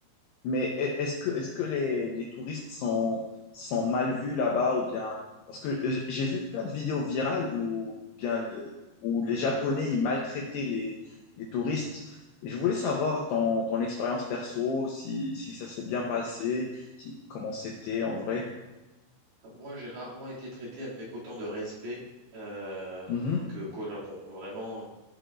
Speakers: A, on the left; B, on the right.
A: Mais e- est-ce que, est-ce que les, les touristes sont, sont mal vus là-bas ou bien... Parce que j- j'ai vu plein de vidéos virales où, ou bien, euh, où les Japonais ils maltraitaient les, les touristes. Et je voulais savoir ton, ton expérience perso, si, si ça s'est bien passé, si- comment c'était en vrai.
B: Moi, j'ai rarement été traité avec autant de respect euh,
A: Mhm.
B: que qu'au Japon. Vraiment,